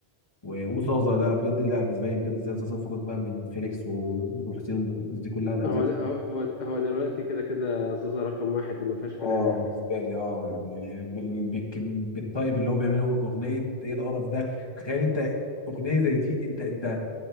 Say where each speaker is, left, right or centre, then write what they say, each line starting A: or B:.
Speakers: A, on the left; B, on the left.
A: و- وزازا لا بجد لا بالنسبه لي بجد زي زازا فكك بقى من فيليكس و- وحسين والناس دي كلها لا
B: هو
A: زي
B: ده هو هو ده هو دلوقتي كده كده زازا رقم واحد دي ما فيهاش كلام
A: اه
B: يعني
A: بالنسبه لي اه يعني بال... بالكم... بالطيب اللي هو بيعمله باغنيه ايه القرف ده تخيل انت اغنيه زي دي انت انت